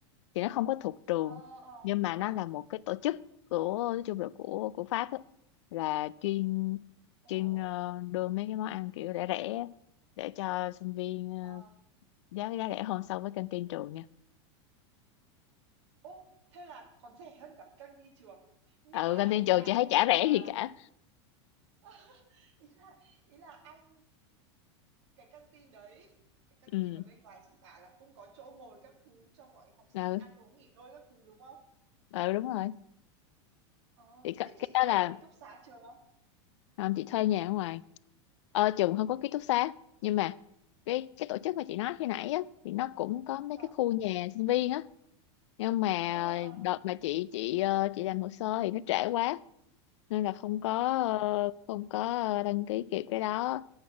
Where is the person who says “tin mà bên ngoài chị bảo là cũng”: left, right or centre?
Right